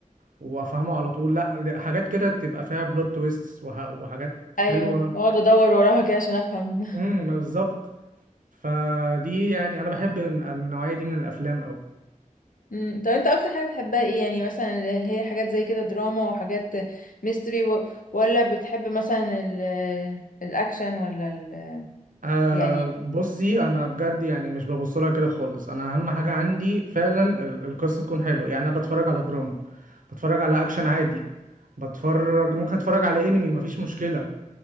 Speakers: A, on the right; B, on the left.
A: وافهمه على طول لا ل- حاجات كده تبقى فيها بلوت تويست وح... وحاجات
B: ايوه
A: حلوه
B: واقعد ادور وراها كده عشان افهم
A: امم بالظبط فدي يعني انا بحب الن- النوعيه دي من الافلام قوي
B: <laughs> امم طب انت اكتر حاجة بتحبها ايه يعني مثلا اللي هي حاجات زي كده دراما وحاجات ميستري و... ولا بتحب مثلا ال... الاكشن ولا ال...
A: أه
B: يعني
A: بصي انا بجد يعني مش ببص لها كده خالص انا اهم حاجه عندي فعلا ال- القصه تكون حلوه يعني انا بتفرج على دراما بتفرج على اكشن عادي بتفرج ممكن اتفرج على انمي مفيش مشكله